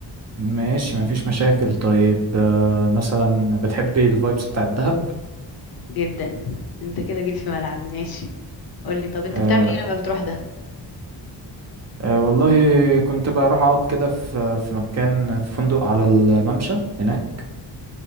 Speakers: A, on the right (about 40°); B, on the left (about 55°).
A: ماشي مفيش مشاكل طيب آه، مثلا بتحبي الفايبس بتاع الدهب
B: جدا انت كده جيت في ملعبي ماشي قول لي طب انت
A: آه،
B: بتعمل ايه لما بتروح ده
A: آه، والله كنت بروح اقعد كده في في مكان في فندق على الممشى هناك